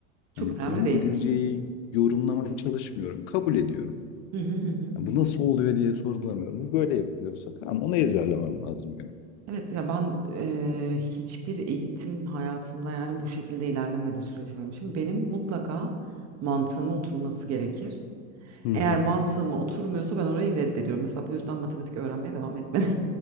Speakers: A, on the right; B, on the left.
A: Çok
B: Hani
A: önemli
B: İngilizceyi
A: değil.
B: yorumlamaya çalışmıyorum. Kabul ediyorum.
A: Hı hı hı. hı.
B: Ya bu nasıl oluyor diye sorgulamıyorum. Bu böyle yapılıyorsa tamam onu ezberlemem lazım benim.
A: Evet ya ben eee, hiçbir eğitim hayatımda yani bu şekilde ilerlemedi süreç benim için. Benim mutlaka mantığıma oturması gerekir.
B: Hı
A: Eğer
B: hı.
A: mantığıma oturmuyorsa ben orayı reddediyorum. Mesela bu yüzden matematik öğrenmeye devam etmedim.